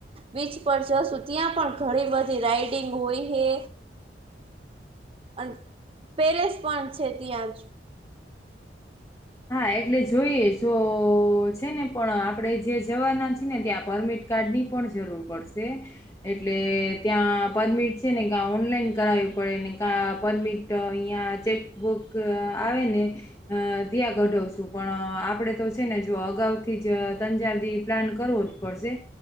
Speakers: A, on the right; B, on the left.
A: બીચ પર જશું ત્યાં પણ ઘણી બધી રાઈડિંગ હોય હે.
B: <inaudible>
A: અન પેલેસ પણ છે ત્યાં જ.
B: હા એટલે જોઈએ જો છે ને પણ આપણે જે જવાના છી ને ત્યાં પરમિટ કાર્ડની પણ જરૂર પડશે એટ એટલે ત્યાં પરમિટ છે ને કા ઓનલાઈન કરાવવી પડે ને કા પરમિટ અહીંયા ચેકબુક આવેને અ ત્યાં ગઢવશું પણ આપણે તો છે ને જો અગાઉથી જ તંજારથી પ્લાન કરવો જ પડશે.